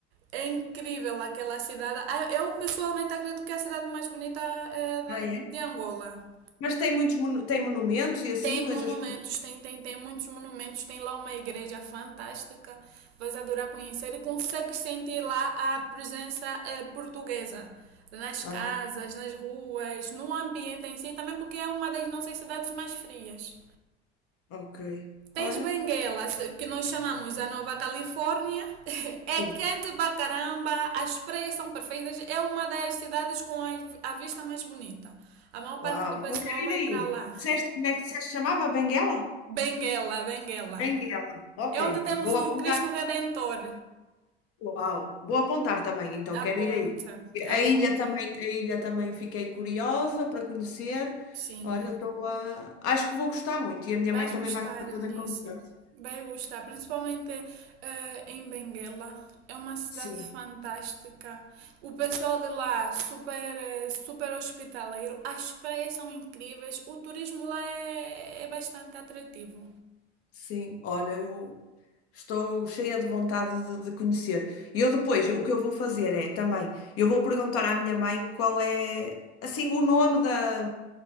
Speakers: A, on the right; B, on the left.
A: É incrível aquela cidade. Ah, Eu pessoalmente acredito que é a cidade mais bonita eh, da-
B: Ah, é?
A: de Angola.
B: Mas tem muitos monu- tem monumentos e assim,
A: Tem monumentos,
B: coisas.
A: tem, tem, tem muitos monumentos, tem lá uma igreja fantástica, vais adorar conhecer e consegues sentir lá a presença eh, portuguesa nas casas,
B: Ah,
A: nas ruas, no ambiente em si, também porque é uma das nossas cidades mais frias.
B: ok.
A: Tens
B: Olha,
A: Benguela, que nós chamamos a Nova Califórnia, <laughs> é
B: sim.
A: quente pra caramba, as praias são perfeitas, é uma das cidades com a vista mais bonita. A maior parte
B: Uau,
A: do pessoal
B: então quero
A: vai
B: ir aí.
A: pra lá.
B: Disseste, como é que disseste, que se chamava? Benguela?
A: <laughs> Benguela, Benguela.
B: Benguela. Ok,
A: É onde temos
B: vou
A: o
B: apontar.
A: Cristo Redentor.
B: Uau, vou apontar também, então quero
A: Aponta,
B: ir aí. A
A: aponta.
B: ilha também, a ilha também fiquei curiosa para conhecer.
A: Sim.
B: Olha, estou a... Acho que vou gostar muito e a minha
A: Vais
B: mãe também
A: gostar,
B: vai ficar toda
A: Eunice.
B: contente.
A: Vai gostar, principalmente eh, em Benguela. É uma cidade
B: Sim,
A: fantástica. O pessoal de lá, super, eh, super hospitaleiro. As praias são incríveis. O turismo lá é, é bastante atrativo.
B: sim. Olha, eu Estou cheia de vontade de, de conhecer. E eu depois, o que eu vou fazer é também, eu vou perguntar à minha mãe qual é, assim, o nome da,